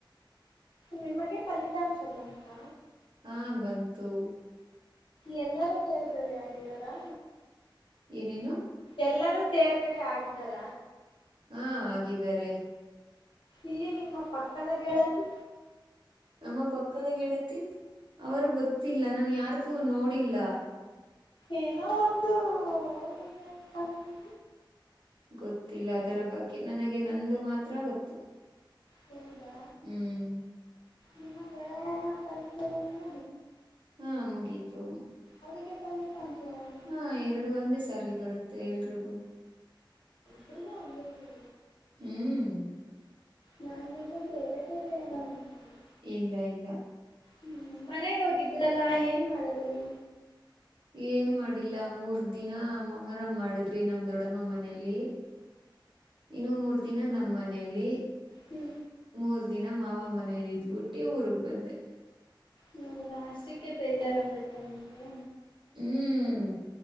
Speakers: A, on the left; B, on the right.
A: ನಿಮಗೆ ಫಲಿತಾಂಶ ಬಂತಾ
B: ಹಾ ಬಂತು
A: ಎಲ್ಲರೂ ಸೇರ್ತದೆ ಆಗಿದಾರಾ
B: ಏನೇನು
A: ಎಲ್ಲರೂ ತೇರ್ಗಡೆ ಹಾಗಿದರ
B: ಹಾ ಆಗಿದ್ದಾರೆ
A: ಇಲ್ಲಿ ನಿಮ್ಮ ಪಕ್ಕದ ಗೆಳತಿು
B: ನಮ್ಮ ಪಕ್ಕದಾಗ ಹೇಳೇತಿ ಅವರು ಗೊತ್ತಿಲ್ಲ ನನ್ ಯಾರ್ದು ನೋಡಿಲ್ಲ
A: ಏನೋ ಒಂದು ಇದೆ ಎಂತಂತಿ
B: ಗೊತ್ತಿಲ್ಲ ಅದರ ಬಗ್ಗೆ ನನಗೆ ನಂದು ಮಾತ್ರ ಗೊತ್ತು
A: ಹೌದಾ
B: ಹ್ಮ್
A: ನಿಮ್ಮ ಗೆಳೆಯ ಪರೀಕ್ಷೆಗಳಿಂದ
B: ಹಾ ಮುಗೀತು
A: ಅದಿಗೆ ಪರಿ ತಚ ಅವ
B: ಹಾ ಎರಡು ಒಂದೇ ಸಾರಿ ಬರುತ್ತೆ ಎಲ್ರಿಗೂ
A: ಹಬ್ರದ ಒಂದ ಸ
B: ಹ್ಮ್
A: ನಾನ ಇಲ್ಲ ಬೇರೆ ಬೇರೆ ಏನೋ ಅನ್ಕೊಂಡೆ
B: ಇಲ್ಲ ಇಲ್ಲ
A: ಹ್ಮ್ ಮನೆಗ್ ಹೋಗಿದ್ರಲ್ಲಾ ಏನ್ ಮಾಡದ್ರಿ
B: ಏನ್ ಮಾಡಿಲ್ಲ ಮೂರ್ ದಿನ ಮೊಹರಂ ಮಾಡದ್ರಿ ನಮ್ ದೊಡಮ್ಮ ಮನಲಿ ಇನ್ನು ಮೂರ್ ದಿನ ನಮ್ಮ ಮನೆಯಲ್ಲಿ
A: ಹ್ಞೂ
B: ಮೂರ್ ದಿನ ಮಾವ ಮನೇಲಿ ಇದ್ಬುಟ್ಟಿ ಊರ್ಗ್ ಬಂದೆ
A: ಹೌದಾ ಅಷ್ಟಕ್ಕೆ ಬೇಜಾರಾಗ್ಬಿಡ್ತೆ ನಿಮಗೆ
B: ಹ್ಮ್ ಹ್ಮ್